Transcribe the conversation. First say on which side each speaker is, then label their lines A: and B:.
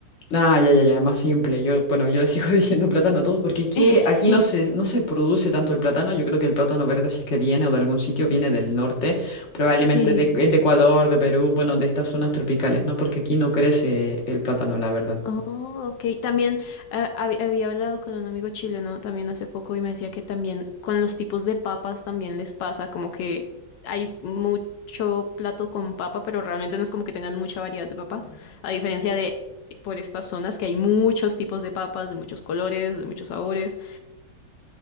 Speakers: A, on the left; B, on the left.
A: Ah, ya, ya, ya, más simple. Yo, bueno, yo le sigo <laughs> diciendo plátano a todos porque aquí,
B: <laughs>
A: aquí no se, no se produce tanto el plátano. Yo creo que el plátano verde, si es que viene o de algún sitio, viene del norte, probablemente
B: Sí.
A: de, de Ecuador, de Perú, bueno, de estas zonas tropicales, ¿no? Porque aquí no crece el plátano, la verdad.
B: Oh, ok. También ah, hab- había hablado con un amigo chileno también hace poco y me decía que también con los tipos de papas también les pasa, como que hay mucho plato con papa, pero realmente no es como que tengan mucha variedad de papa, a diferencia de eh, por estas zonas que hay muchos tipos de papas, de muchos colores, de muchos sabores.